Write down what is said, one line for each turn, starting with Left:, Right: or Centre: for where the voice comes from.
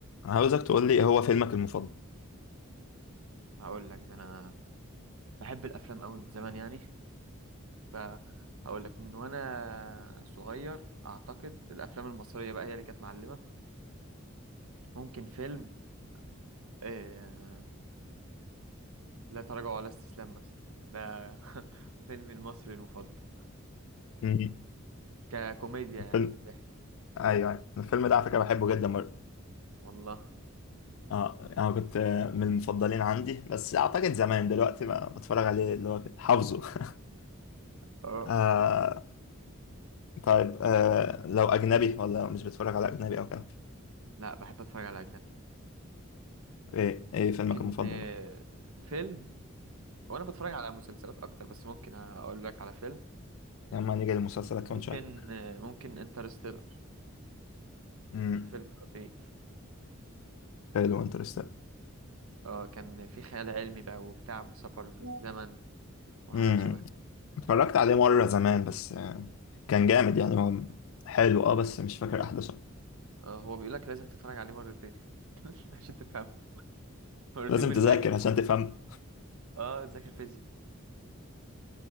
Left: عاوزك تقول لي إيه هو فيلمك المفضل
Right: هقول لك ده انا بحب الافلام قوي من زمان يعني فهقول لك من وانا صغير اعتقد الافلام المصريه بقى هي اللي كانت معلمه ممكن فيلم آه... لا تراجع ولا استسلام مثلا ده <laughs> فيلمي المصري المفضل
Left: مم.
Right: ككوميديا
Left: الفيلم
Right: يعني ضحك
Left: ايوه أيوة. الفيلم ده على فكره بحبه جدا برضه
Right: والله
Left: اه انا كنت آه، من المفضلين عندي بس اعتقد زمان دلوقتي بقى بتفرج عليه اللي هو كده حافظه <laughs>
Right: اه
Left: آه طيب آه لو أجنبي ولا مش بتتفرج على أجنبي أو كده
Right: لا بحب اتفرج على اجنبي
Left: إيه إيه فيلمك
Right: ممكن
Left: المفضل
Right: آه، فيلم وانا بتفرج على مسلسلات اكتر بس ممكن اقول لك على فيلم
Left: يا عم هنيجي لمسلسلك كمان
Right: ممكن
Left: شوية
Right: آه، ممكن انترستيلر
Left: امم
Right: فيلم خطير
Left: حلو انترستيلر
Right: اه كان في خيال علمي بقى وبتاع وسفر في الزمن وحاجات
Left: امم
Right: شبه كده
Left: اتفرجت عليه مرة زمان بس آه كان جامد يعني هو حلو أه بس مش فاكر أحداثه
Right: اه هو بيقول لك لازم تتفرج عليه مرتين <laughs> عشان تفهم مرتين
Left: لازم
Right: بالمية
Left: تذاكر عشان تفهم
Right: اه تذاكر فيزياء